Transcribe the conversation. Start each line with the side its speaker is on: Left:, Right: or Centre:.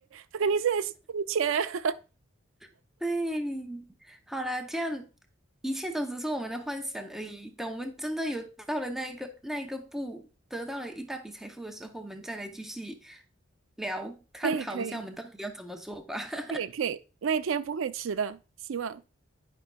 Right: 他肯定是在吸钱。<laughs>
Centre: <laughs> 对，好啦，这样一切都只是我们的幻想而已。等我们真的有到了那一个那一个步，得到了一大笔财富的时候，我们再来继续聊，探讨一下我们到底要怎么做吧。
Right: 可以，可以，
Centre: <laughs>
Right: 可以，可以，那一天不会迟的，希望。